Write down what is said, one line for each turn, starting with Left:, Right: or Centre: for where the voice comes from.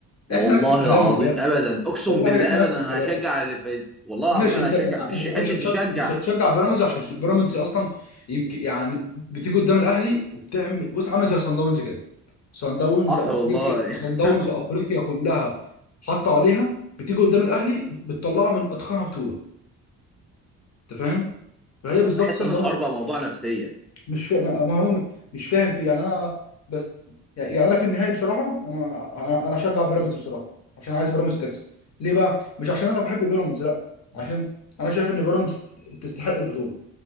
Centre: والله
Left: احنا نفس الكلام
Centre: العظيم
Left: والله
Centre: ابدا اقسم
Left: والله
Centre: بالله
Left: احنا
Centre: ابدا
Left: نفس الكلام
Centre: انا هشجع اللي فايت والله
Left: ماشي
Centre: العظيم انا
Left: انت
Centre: هشجع مش
Left: انت
Centre: حته
Left: مش هتشجع
Centre: تشجع
Left: مش هتشجع بيراميدز عشان بيراميدز اصلا يمكن يعني بتيجي قدام الاهلي وبتعمل بص عامله زي صن داونز كده صن داونز
Centre: حصل
Left: افريقيا
Centre: والله
Left: صن داونز
Centre: <laughs>
Left: افريقيا كلها حطوا عليها بتيجي قدام الاهلي بتطلعه من اتخنها بطوله انت فاهم؟ فهي بالظبط
Centre: بحس
Left: صن
Centre: ان الحوار
Left: داونز
Centre: بقى موضوع نفسيه
Left: مش فاهم ما هو مش فاهم في يعني انا بس يعني انا في النهائي بصراحه انا انا انا اشجع بيراميدز بصراحه عشان عايز بيراميدز تكسب ليه بقى؟ مش عشان انا بحب بيراميدز لا عشان انا شايف ان بيراميدز تستحق البطوله